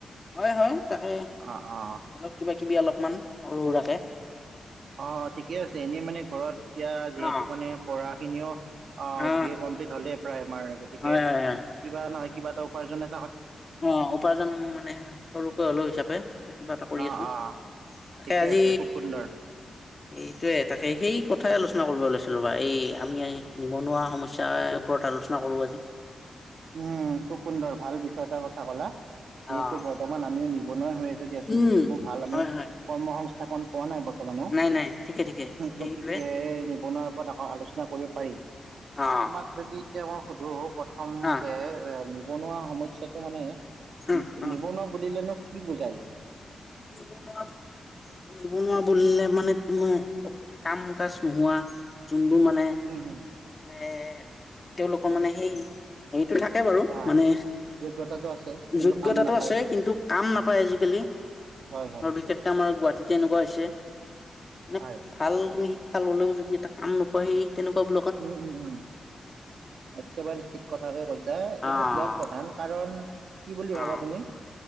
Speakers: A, on the left; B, on the right.
A: হয় হয় তাকে
B: অ অ
A: অলপ কিবা কিবি অলপমান সৰু সোৰাকে
B: অ ঠিকে আছে এনেই মানে ঘৰত এতিয়া যিহেতু
A: অ
B: মানে পঢ়া এনেও অহ
A: অ
B: বিএ কমপ্লিট হলেই প্ৰায় আমাৰ গতিকে
A: হয় হয় হয়
B: কিবা নহয় কিবা এটা উপাৰ্জনৰ
A: অ উপাৰ্জন মানে সৰুকৈ হলেও হিচাপে এ কিবা এটা কৰি
B: অ
A: আছো
B: অ
A: তাকে
B: ঠিকে
A: আজি
B: আছে খুব সুন্দৰ
A: এইটোয়ে তাকে সেই কথা আলেচনা আলো়চনা কৰিব লৈছিলো বা এই আমি নিবনুৱা সমস্যাৰ ওপৰত আলোচনা কৰো আজি
B: উম খুব সুন্দৰ ভাল বিষয় এটা কিয় কলা যিহেতু
A: অ
B: বৰ্তমান আমিও নিবনুৱা হৈ আছো দিয়াচোন
A: উম,
B: একো ভাল আমি
A: হয় হয়,
B: কৰ্ম সংস্থা স্থাপন পোৱা নাই বাৰু বৰ্তমানে
A: নাই নাই ঠিকে ঠিকে সেইটোৱে
B: গতিকে নিবনুৱাৰ ওপৰত আকৌ আলোচনা কৰিব পাৰি
A: অ',
B: তোমাক যদি এতিয়া মই সুধো প্ৰথম
A: আহ
B: এ নিবনুৱা সমস্যাটো মানে
A: উম উম।
B: নিবনুৱা বুলিলেনো কি বুজাই
A: নিবনুৱা নিবনুৱা বুলিলে মানে অ কাম কাজ নোহোৱা যোনবোৰ মানে
B: উম হম
A: মানে তেওঁলোকৰ মানে সেই হেটো থাকে বাৰু
B: আহ
A: মানে
B: যোগ্যতাটো আছে কিন্তু
A: যোগ্যতাটো
B: কাম নাপায়
A: আছে কিন্তু কাম নাপায় আজিকালি আৰু
B: হয় হয়
A: বিশেষকে আমাৰ গুৱাহাটীতে এনেকুৱা হৈছে নে
B: হয়
A: ভাল তুমি শিক্ষা ললেও য য এটা কাম নাপাই তেনেকুৱা
B: উম উম উম একেবাৰে ঠিক কথাকে কৈছা কিন্তু
A: অ',
B: ইয়াৰ প্ৰধান কাৰণ কি বুলি
A: অ',
B: ভাবা তুমি